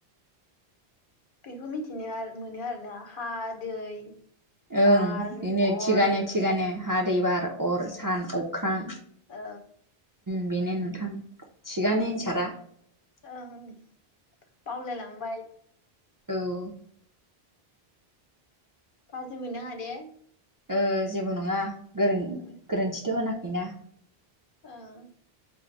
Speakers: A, on the left (about 60°); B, on the right (about 30°).
A: बेखौ मिथिनो मोनो आरोना हा दै।
B: ओं
A: बार
B: बेनो
A: अर
B: थिगानो थिगानो हा दै बार अर सान अख्रां।
A: औ।
B: बेनो नोंथां थिगानो एनसारा।
A: ओं बावलायलांबाय।
B: औ।
A: गाज्रि मोननोङा दो।
B: ओ जेबो नङा गोरोन
A: ओं
B: गोरोन्थिथ' होनाखैना।
A: ओं